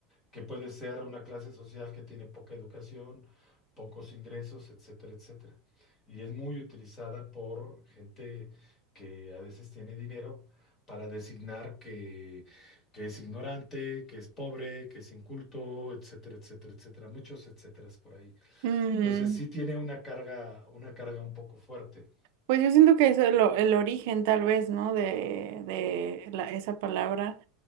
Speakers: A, on the left; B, on the right.
A: que puede ser una clase social que tiene poca educación, pocos ingresos, etcétera, etcétera. Y es muy utilizada por gente que a veces tiene dinero para designar que, que es ignorante, que es pobre, que es inculto, etcétera, etcétera, etcétera. Muchos etcéteras por ahí.
B: mm.
A: Entonces sí tiene una carga, una carga un poco fuerte.
B: Pues yo siento que es el, o- el origen tal vez, ¿no? De, de la- esa palabra